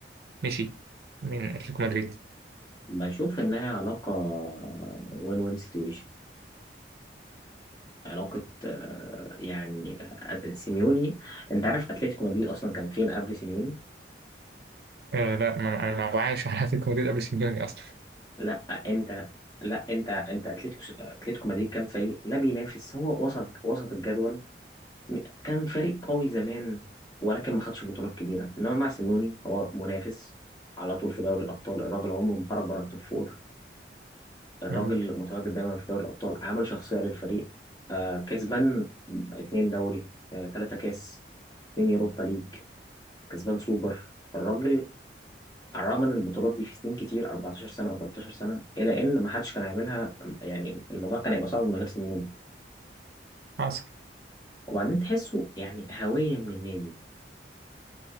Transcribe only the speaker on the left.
بشوف انها علاقة وين وين سيتويشن علاقة آه، يعني آه، سيميوني انت عارف اتلتيكو مدريد اصلا كان فين قبل سيميوني
لا انت لا انت انت اتلتيكو اتلتيكو مدريد كان فريق لا بينافس هو وسط وسط الجدول كان فريق قوي زمان ولكن ما خدش بطولات كبيرة إنما مع سيميوني هو منافس على طول في دوري الأبطال الراجل عمره ما خرج بره التوب فور الراجل
متواجد دايما في دوري الأبطال عامل شخصية للفريق آه كسبان اتنين دوري آه تلاتة كاس اتنين يوروبا ليج كسبان سوبر الراجل على الرغم من البطولات دي في سنين كتير 14 سنة أو 13 سنة إلى إن ما حدش كان هيعملها يعني الموضوع كان هيبقى صعب من غير سيميوني
وبعدين تحسه يعني هوية من النادي